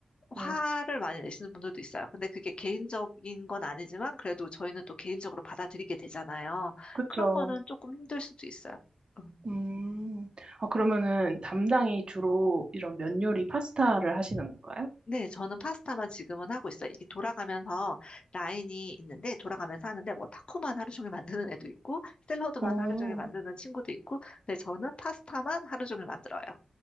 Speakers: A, on the left; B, on the right.
A: 화를
B: 네.
A: 많이 내시는 분들도 있어요. 근데 그게 개인적인 건 아니지만 그래도 저희는 또 개인적으로 받아들이게 되잖아요.
B: 그쵸.
A: 그런 거는 조금 힘들 수도 있어요. 음.
B: 음, 아, 그러면은 담당이 주로 이런 면 요리 파스타를 하시는 건가요?
A: 네, 저는 파스타만 지금은 하고 있어요. 이게 돌아가면서 라인이 있는데, 돌아가면서 하는데, 뭐, 타코만 하루 종일 만드는 애도 있고, 샐러드만
B: 어,
A: 하루 종일 만드는 친구도 있고, 근데 저는 파스타만 하루 종일 만들어요.